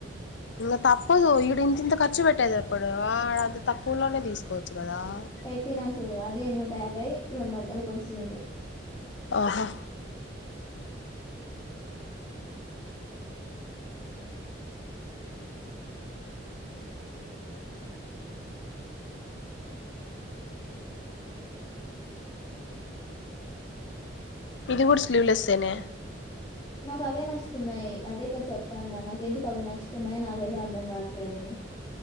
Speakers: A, on the left; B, on the left.
A: ఇం తప్పదు ఇడు ఇంత తింత ర్చు పెట్టేదారు ఇప్పుడు వాడంత తక్కువలోనే తీసుకోవచ్చు కదా
B: పెట్టినా చూడు అదే నూట యాబ్భై రెండు వందలకి వస్తుంది
A: ఆహా ఇది కూడా స్లీవ్లెస్సేనే
B: నాకు అవే నచ్చుతున్నాయి అదేదా చెప్తాండా నాకు ఎందుకు అవి నచ్చుతున్నాయి నాకైతే అర్థం కావట్లేదని